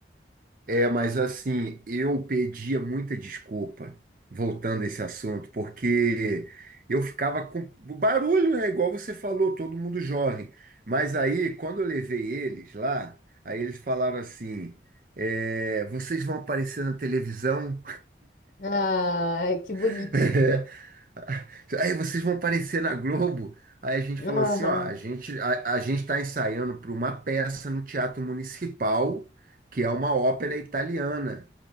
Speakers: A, on the right; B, on the left.
A: É, mas assim, eu pedia muita desculpa, voltando a esse assunto, porque eu ficava com barulho, né? Igual você falou, todo mundo jovem. Mas aí, quando eu levei eles lá, aí eles falaram assim: é, vocês vão aparecer na televisão.
B: Ai, que bonitinho.
A: <laughs> <laughs> Aí vocês vão aparecer na Globo. Aí a gente
B: Aham.
A: falou assim, ó, a gente a, a gente tá ensaiando para uma peça no Teatro Municipal, que é uma ópera italiana,